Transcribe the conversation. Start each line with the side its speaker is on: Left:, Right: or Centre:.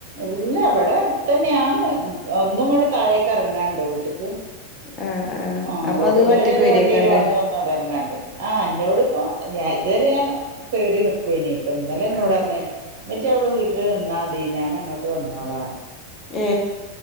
Right: ഇല്ല ഇവിടെ അട്ത്തന്ന്യാണ് ഒന്നുങ്ങണ്ട് താഴേക്ക് എർങ്ങാണ്ട് വീട്ട്ക്ക്.
Left: ആഹ് ആഹ്
Right: ആ
Left: അപ്പൊ
Right: റോട്ട്മ്മലരെ
Left: അത് ഒറ്റക്ക് വരേക്കാരല്ലേ
Right: വണ്ട്യരും അവ്ട്ന്ന് ണ്ടെർങ്ങാണ്ട് ആ എന്നോട്പ്പം ഞാൻ ഇതരെ ഞാൻ കേറി നിക്കോനി ഇന്നലെ ഇന്നോടർഞ്ഞ്
Left: ആഹ്
Right: ഇമ്മച്ചി അവ്ടെ വീട്ട്ല് നിന്നാതി ഞാൻ അങ്ങോട്ട് വന്നോളാ.
Left: ഏ